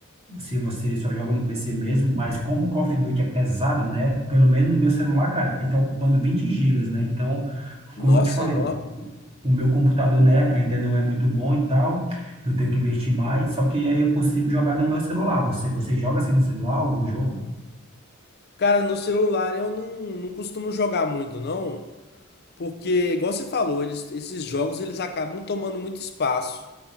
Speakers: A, on the right; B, on the left.
A: se você só joga no PC mesmo, mas como o Call of Duty é pesado, né? Pelo menos no meu celular, cara, ele tá ocupando 20 gigas, né? Então,
B: Nossa,
A: como eu te falei,
B: é enorme.
A: o meu computador, né, ainda não é muito bom e tal, eu tenho que investir mais, só que aí eu consigo jogar no meu celular. Você, você joga assim no celular algum jogo?
B: Cara, no celular eu não, não costumo jogar muito, não. Porque, igual você falou, eles- esses jogos eles acabam tomando muito espaço.